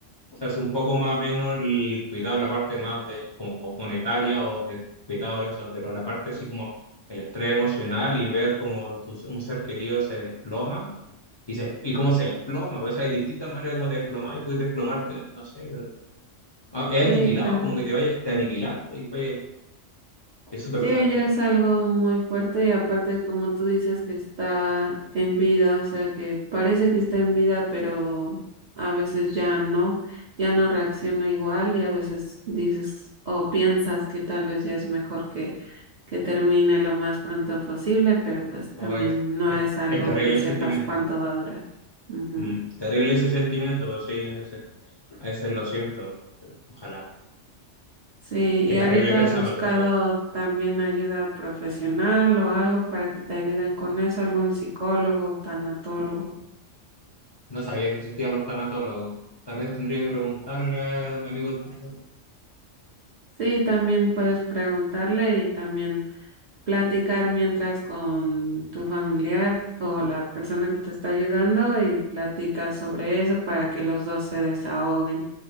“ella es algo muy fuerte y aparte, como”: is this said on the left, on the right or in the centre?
Right